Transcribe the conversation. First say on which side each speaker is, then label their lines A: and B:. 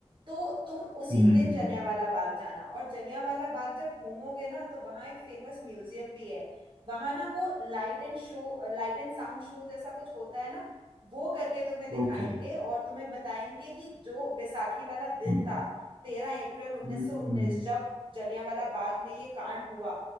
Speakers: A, on the right; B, on the right.
A: तो तुम उसी
B: हम्म
A: दिन जलियांवाला बाग जाना और जलियांवाला बाग जब घूमोगे ना तो वहाँ एक फेमस म्यूजियम भी है वहाँ ना वो light and show light and sound show जैसा कुछ होता है ना वो करके तुम्हें दिखाएंगे
B: ओके
A: और तुम्हें बताएंगे कि जो वैसाखी वाला दिन
B: हम्म
A: था तेरह अप्रैल उन्नीस
B: हम्म,
A: सौ उन्नीस जब जलियांवाला बाग में ये कांड हुआ